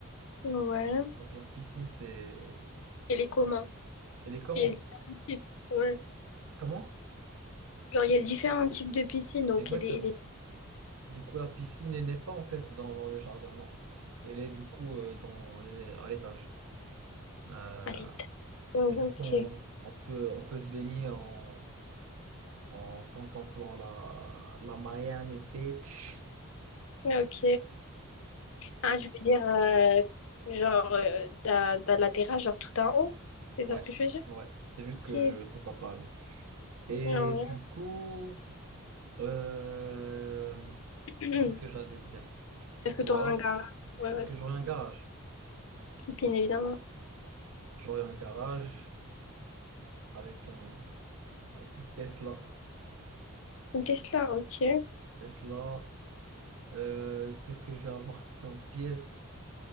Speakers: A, on the left; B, on the right.
A: Ouais.
B: Donc la piscine, c'est...
A: Elle est comment?
B: Elle est comment?
A: Il y a différents types. Ouais.
B: Comment?
A: Genre, il y a différents types de piscines, donc
B: Exactement.
A: elle est, elle est,
B: Du coup, la piscine, elle n'est pas en fait dans, dans le jardin, non. Elle est du coup euh, dans, elle est à l'étage. Euh,
A: elle est- Oh,
B: et du coup, on,
A: ok.
B: on peut, on peut se baigner en, en contemplant la, la Miami Beach.
A: Ok. Ah, je veux dire, euh, genre, euh, dans, dans la terrasse, genre tout en haut. C'est
B: Ouais,
A: ça ce que je veux dire?
B: ouais. C'est juste
A: Ok.
B: que je sais pas parler. Et
A: Ah ouais.
B: du coup, euh,
A: <clears throat>
B: qu'est-ce que j'allais dire? Donc
A: Est-ce que tu
B: voilà.
A: auras un gars? Ouais,
B: Est-ce
A: ouais, c'est-
B: que j'aurais un garage?
A: bien évidemment.
B: J'aurais un garage avec un avec une Tesla.
A: Une Tesla, ok.
B: Tesla. euh, qu'est-ce que je vais avoir comme pièce?